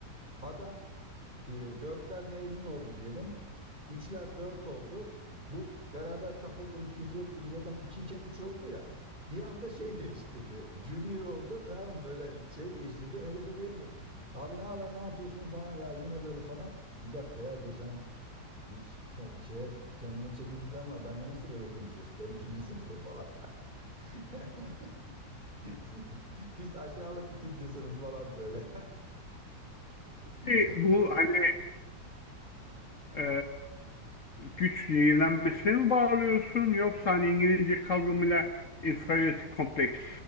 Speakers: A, on the right; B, on the left.
A: Adam e, dörtler mezun oldu diyelim. Üçler dört oldu. Bu beraber takıldığımız, küfür ettiğimiz adam 2 iken 3 oldu ya. Bir anda şey değiştirdi. Junior oldu tam böyle şey değiştirdi. Herife diyorum ki, abi ne haber ne yapıyorsun falan ya yine böyle falan. Bir dakika ya diyor sen bir ş- ke- şeye kendine çeki düzen var. Benle nasıl böyle konuşuyorsun? Ben üçüncü sınıfım falan. <laughs> <laughs> Pis aşağılık ikinci sınıf falan böyle. <laughs>
B: Ki Bu hani e, güç zehirlenmesine mi bağlıyorsun yoksa hani İngilizce kavramıyla inferiority kompleks,